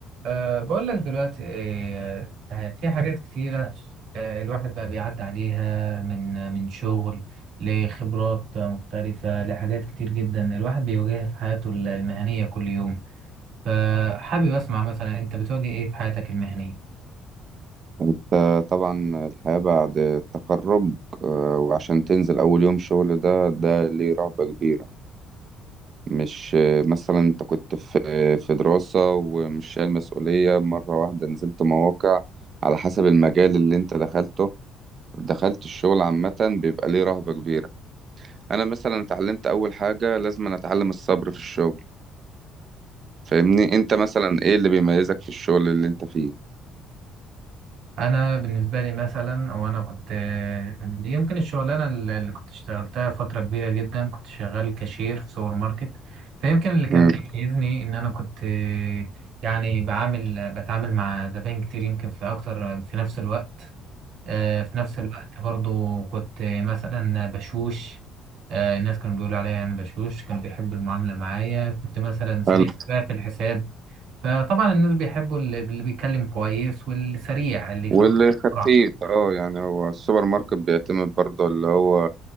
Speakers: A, on the right (about 75°); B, on the right (about 50°).
A: أه بقول لك دلوقتي إيه، أه في حاجات كتيرة أه الواحد بقى بيعدي عليها من من شغل لخبرات مختلفة لحاجات كتير جدا الواحد بيواجهها في حياته المهنية كل يوم فحابب أسمع مثلا أنت بتواجه إيه في حياتك المهنية؟
B: انت طبعا الحياة بعد التخرج آه، وعشان تنزل أول يوم شغل ده ده ليه رهبة كبيرة مش آه، مثلا انت كنت في في دراسة ومش شايل مسؤولية مرة واحدة نزلت مواقع على حسب المجال اللي انت دخلته دخلت الشغل عامة بيبقى ليه رهبة كبيرة أنا مثلا اتعلمت أول حاجة لازم أنا أتعلم الصبر في الشغل فاهمني انت مثلا ايه اللي بيميزك في الشغل اللي انت فيه؟
A: انا بالنسبه لي مثلا او انا كنت يمكن الشغلانه اللي كنت اشتغلتها فتره كبيره جدا كنت شغال كاشير في سوبر ماركت فيمكن اللي كان
B: مم.
A: بيميزني ان انا كنت يعني بعامل بتعامل مع زباين كتير يمكن في اكتر في نفس الوقت آه، في نفس الوقت برضو كنت مثلا بشوش آه، الناس كانوا بيقولوا عليا انا بشوش كانوا بيحبوا المعامله معايا كنت مثلا سريع
B: اه
A: شوية في الحساب فطبعا الناس بيحبوا اللي, اللي بيتكلم كويس واللي سريع اللي يخلص
B: والخفيف
A: بسرعة
B: اه يعني هو السوبر ماركت بيعتمد برضه اللي هو